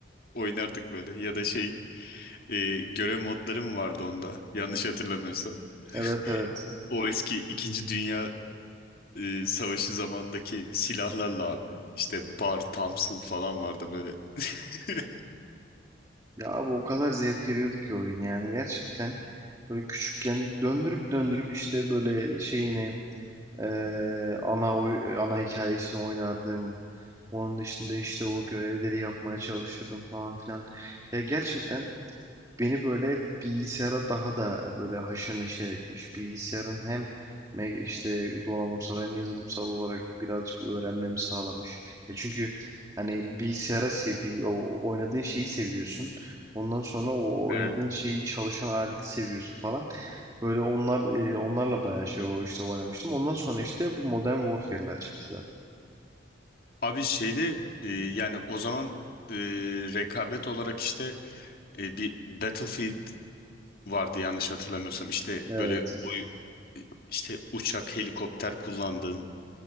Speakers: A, on the left; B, on the right.
A: oynardık böyle ya da şey e, görev modları mı vardı onda? Yanlış hatırlamıyorsam. <laughs>
B: Evet evet.
A: O eski İkinci Dünya e, Savaşı zamandaki silahlarla abi. İşte Bar, Thompson falan vardı böyle. <laughs>
B: Ya abi o kadar zevk veriyordu ki oyun yani gerçekten böyle küçükken döndürüp döndürüp işte böyle şeyini eee, ana oy- ana hikayesini oynardım. Onun dışında işte o görevleri yapmaya çalışırdım falan filan. Ya gerçekten beni böyle bilgisayara daha da böyle haşır neşir etmiş. Bilgisayarın hem me- işte donanımsal hem yazılımsal olarak birazcık öğrenmemi sağlamış. Ya çünkü hani bilgisayara sevi o oynadığın şeyi seviyorsun. Ondan sonra o
A: Evet.
B: oynadığın şeyi çalışan aleti seviyorsun falan. Böyle onlar e, onlarla bayağı şey o işte oynamıştım. Ondan sonra işte bu Modern Warfare'ler çıktı zaten.
A: Abi şeyde e, yani o zaman e, rekabet olarak işte e, bir Battlefield vardı yanlış hatırlamıyorsam. İşte
B: Evet.
A: böyle oy, işte uçak, helikopter kullandığın